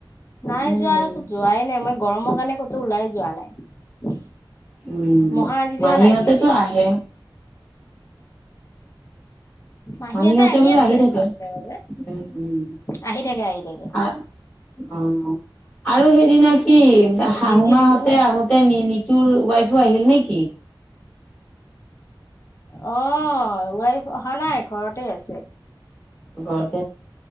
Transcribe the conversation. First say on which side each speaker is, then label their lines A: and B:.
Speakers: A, on the left; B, on the left.
A: নাই
B: উম।
A: যোৱা যোৱাই নাই মই গৰমৰ কাৰণে ক'তো ওলাই যোৱা নাই
B: উম
A: মহা আজি
B: মাহীহঁতেতো
A: যোৱা নাই ডিউটি
B: আহে
A: মাহী
B: মাহীহঁতে
A: হঁতে আহি
B: বোলো
A: আছে
B: থাকে।
A: মাজে মাজে
B: উম, উম।
A: আহি থাকে আহি থাকে
B: আ অ আৰু সেইদিনা কি শাহুমাহঁতে
A: ডিউটি নাই
B: আহোতে নিতুৰ ৱাইফো আহিল নে কি
A: আহ ৱাইফ অহা নাই ঘৰতে আছে।
B: ঘত